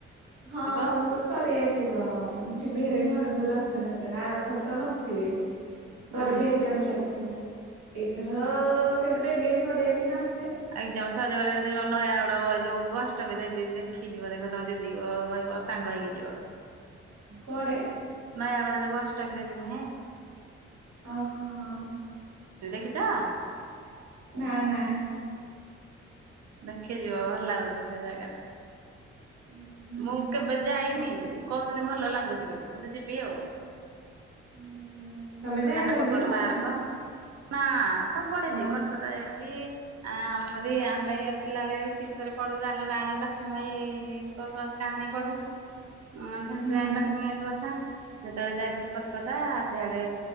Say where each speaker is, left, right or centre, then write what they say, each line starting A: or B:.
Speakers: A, on the right; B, on the right.
A: ହଁ ମୋରତ
B: ଆଉ।
A: ସରିଆସିବ ଯିବି ହାରି ଘରକୁ ରଥ ଯାତ୍ ତରା ଆରଥର ତ ନଥିଲି
B: ହୁଁ
A: ପରୀକ୍ଷା ଏଗଜାମ୍ ଚାଲିଥିଲା। ଏଇଥର କିନ୍ତୁ ବେଗେ ସରିଯାଇଚି ମାସ୍
B: ଏଗଜାମ୍ ସରିଗଲେ ଯୋଉ ନୟାଗଡ ବ-ଯୋଉ ବୈଷ୍ଟବି ଦେବୀ ଦେ ଖି ଯିବ ଦେଖ ତମ ଦିଦିଙ୍କ କହିବ ସାଙ୍ଗ ହେଇକି ଯିବ।
A: କୁଆଡେ?
B: ନୟାଗଡରେ ଯୋଉ ବୈଷ୍ଟବି ଦେବୀ ନୁହଁ।
A: ଓହୋ ହଁ।
B: ଦେଖିଚ?
A: ନା ନା।
B: ଦେଖିଯିବ ଭଲ ଲାଗୁଚି ସେ ଜାଗାଟା।
A: ହୁଁ
B: ମୁଁ କେବେ ଯାଇନି
A: ଯାହାକୁ
B: କୋହୁଚନ୍ତି ଭଲ ଲାଗୁଚି ବୋଲି କିନ୍ତୁ ଯିବି ଆଉ।
A: ଉଁ ହୁଁ ତମେ
B: କଣ
A: ଯାଇନ
B: ନାହାକ
A: କେବେ
B: କଡ
A: ନା
B: ପାର୍କ।
A: କଣ?
B: ନା ସବୁଆଡେ
A: ଅ
B: ଯିଏ କଲକତା
A: ହୁଁ
B: ଯାଇଚି ଆ ଆମ କରି ଆମେ ପିଲାବେଳେ ଇତିହାସରେ ପଢୁ ରାନ-ରାଣୀ ଲକ୍ଷ୍ମୀବାଇ କ-ଙ୍କ କାହାଣୀ ପଢୁ ଉଁ ସେମିତି
A: ହୁଁ
B: ସେ ରାଣୀ ଲକ୍ଷ୍ମୀବାଇଙ୍କ କଥା। ଯେତେବେଳେ ଯାଇଥିଲୁ କଲକାତା ସିଆଡେ